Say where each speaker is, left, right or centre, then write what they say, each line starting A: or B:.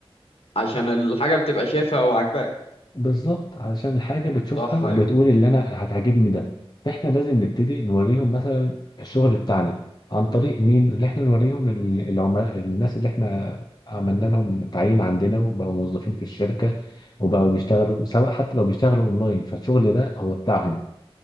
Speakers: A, on the left; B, on the left.
A: عشان الحاجة بتبقى شايفها وعاجباك
B: بالظبط علشان الحاجة بتشوفها
A: صح
B: وبتقول
A: أيوه
B: اللي أنا هتعجبني ده فإحنا لازم نبتدي نوريهم مثلا الشغل بتاعنا عن طريق مين اللي إحنا نوريهم ال- العملاء الناس اللي إحنا عملنا لهم تعيين عندنا وبقوا موظفين في الشركة وبقوا يشتغلوا سواء حتى لو بيشتغلوا أونلاين فالشغل ده هو بتاعهم